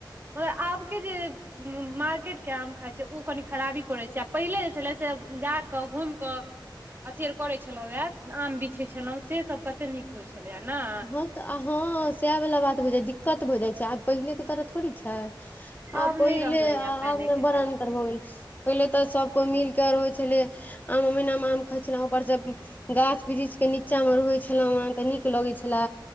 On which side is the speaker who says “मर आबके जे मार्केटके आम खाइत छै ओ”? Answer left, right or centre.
Right